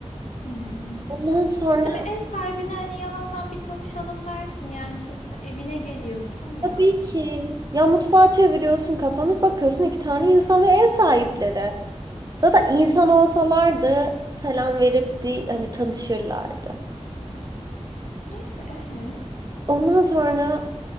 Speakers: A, on the left; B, on the right.
A: hmm.
B: Ondan sonra
A: Ya bir de bir ev sahibine hani yalandan bir tanışalım dersin yani sonuçta evine geliyorsun ya
B: tabii ki ya mutfağa çeviriyorsun kafanı bakıyorsun iki tane insan ve ev sahipleri. Zaten insan olsalardı selam verip bir hani tanışırlardı.
A: neyse e
B: Ondan sonra